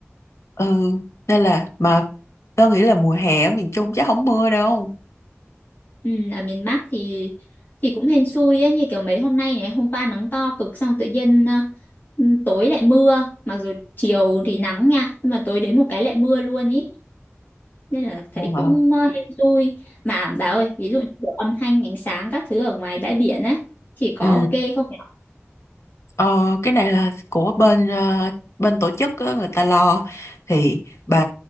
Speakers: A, on the left; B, on the left.
A: ừ nên là mà tớ nghĩ là mùa hè ở miền Trung chắc không mưa đâu
B: Ừ, ở miền Bắc thì thì cũng hên xui ấy như kiểu mấy hôm nay này hôm qua nắng to cực xong tự nhiên ờ, ừ, tối lại mưa mặc dù chiều thì nắng nha nhưng mà tối đến một cái lại mưa luôn ý nên là thấy
A: Ờ.
B: cũng ờ, hên xui mà bà ơi ví dụ như kiểu âm thanh ánh sáng các thứ ở ngoài bãi biển ấy thì có
A: ừ
B: ok không nhỉ
A: Ờ, cái này là của bên ờ, bên tổ chức á, người ta lo thì bà